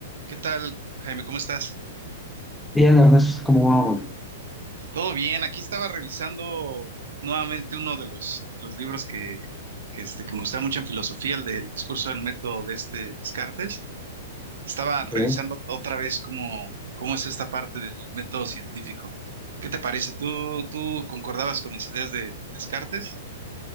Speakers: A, on the right; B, in the centre.
A: ¿Qué tal, Jaime? ¿Cómo estás?
B: Bien, Ernesto, ¿cómo va, Juan?
A: Todo bien. Aquí estaba revisando nuevamente uno de los, los libros que, que, este, que me gusta mucho en filosofía, el del discurso del método de este Descartes. Estaba revisando
B: Bien.
A: otra vez cómo, cómo es esta parte del método científico. ¿Qué te parece? ¿Tú, tú concordabas con las ideas de Descartes?